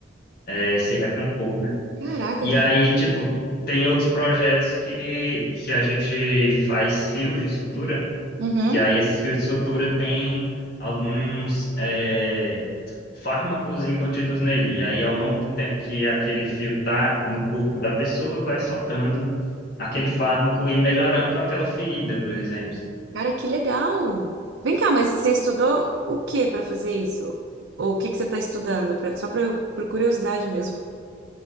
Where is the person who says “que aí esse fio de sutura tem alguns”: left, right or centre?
Left